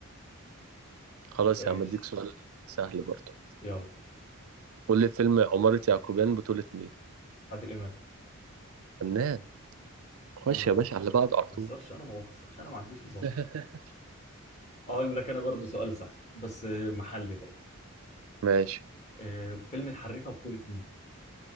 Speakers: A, on the right (about 70°); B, on the left (about 30°).
A: خلاص
B: ماشي
A: يا عم اديك سؤال سهل برضه
B: يلا
A: قول لي فيلم عمارة يعقوبيان بطولة مين
B: عادل امام
A: فنان خش
B: انا
A: يا
B: ما
A: باشا على بعض على
B: بهزرش
A: طول
B: انا ما بهزرش انا ما عنديش هزار
A: <laughs>
B: اقول لك انا برضو سؤال سهل بس آه، محلي برضو
A: ماشي
B: آه، فيلم الحريفه بطوله مين